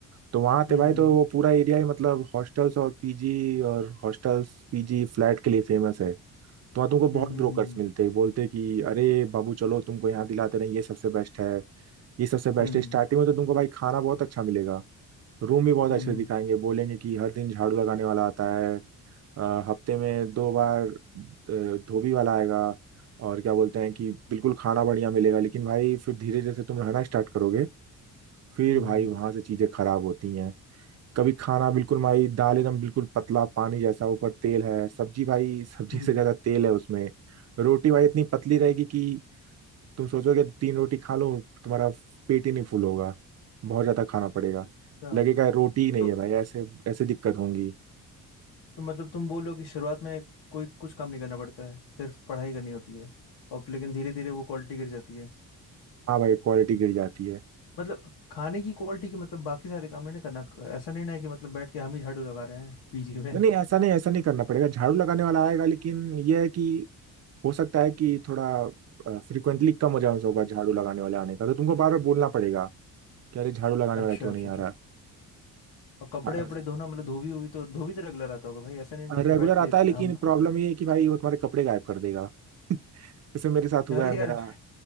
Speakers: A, on the right; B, on the left.
A: तो वहाँ आते
B: हम्म
A: भाई तो वो पूरा एरिया ही मतलब हॉस्टल्स और पीजी और हॉस्टल्स पीजी फ्लैट के लिए फेमस है तो वहाँ तुमको बहुत
B: हम्म हम्म
A: ब्रोकर्स
B: हम्म
A: मिलते हैं बोलते हैं कि अरे बाबू चलो तुमको यहाँ दिलाते रहे ये सबसे बेस्ट है ये सबसे बेस्ट
B: हम्म हम्म
A: है स्टार्टिंग
B: हम्म
A: में तो तुमको भाई खाना बहुत अच्छा मिलेगा रूम भी बहुत
B: हम्म,
A: अच्छे
B: हम्म,
A: से दिखाएंगे बोलेंगे कि हर दिन झाड़ू लगाने वाला आता है अ, हफ्ते में दो बार अ, धोबी वाला आएगा और क्या बोलते हैं कि बिल्कुल खाना बढ़िया मिलेगा लेकिन भाई फिर धीरे धीरे से तुम रहना स्टार्ट करोगे फिर
B: हम्म
A: भाई
B: हम्म,
A: वहां से चीजें खराब होती हैं कभी खाना बिल्कुल भाई दाल एकदम बिल्कुल पतला पानी जैसा ऊपर तेल है सब्जी भाई सब्जी
B: हम्म,
A: से
B: हम्म,
A: ज्यादा
B: हम्म।
A: तेल है उसमें रोटी भाई इतनी पतली रहेगी कि तुम सोचोगे तीन रोटी खा लो तुम्हारा पेट ही नहीं फुल होगा बहुत ज्यादा खाना पड़ेगा
B: अच्छा
A: लगेगा रोटी ही नहीं
B: तो
A: है भाई ऐसे ऐसे दिक्कत होंगी
B: तो मतलब तुम बोल रहे हो कि शुरुआत में कोई कुछ काम नहीं करना पड़ता है सिर्फ पढ़ाई करनी होती है और लेकिन धीरे धीरे वो क्वालिटी गिर जाती है
A: हाँ भाई क्वालिटी गिर जाती है
B: मतलब खाने की क्वालिटी की मतलब बाकी सारे काम नहीं ना करना ऐसा नहीं ना है कि मतलब बैठ के हम ही झाड़ू लगा रहे हैं पीजी में
A: नहीं नहीं ऐसा नहीं ऐसा नहीं करना पड़ेगा झाड़ू लगाने वाला आएगा लेकिन यह है कि हो सकता है कि थोड़ा फ्रिक्वेंटली कम हो जाए होगा झाड़ू लगाने वाले आने का तो तुमको बार बार बोलना पड़ेगा कि अरे झाड़ू लगाने
B: अच्छा
A: वाला क्यों
B: अच्छा
A: नहीं आ
B: अच्छा अच्छा।
A: रहा
B: और कपड़े
A: हाँ,
B: वपड़े
A: ऐसा
B: धोना मतलब धोबी हुई तो धोबी तो रगला रहता होगा भाई ऐसा नहीं ना है
A: रेगुलर
B: कि बैठ के
A: आता है लेकिन
B: हमको
A: प्रॉब्लम ये है कि भाई वो तुम्हारे कपड़े गायब कर देगा <laughs> जैसे मेरे साथ हुआ
B: अरे
A: है मेरा
B: यार